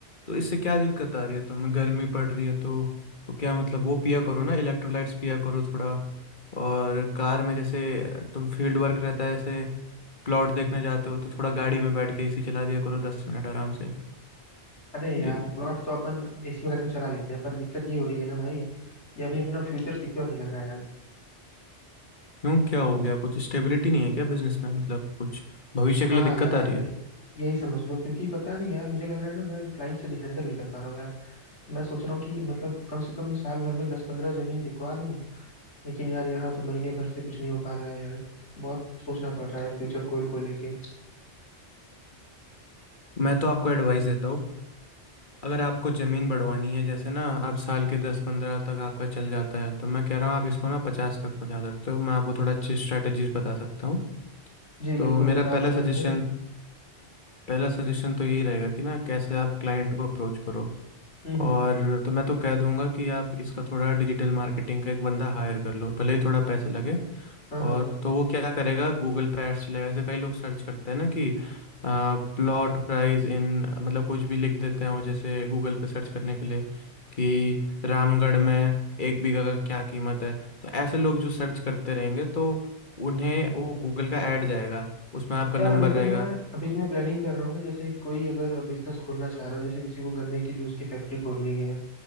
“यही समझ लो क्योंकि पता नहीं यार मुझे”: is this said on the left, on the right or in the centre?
Left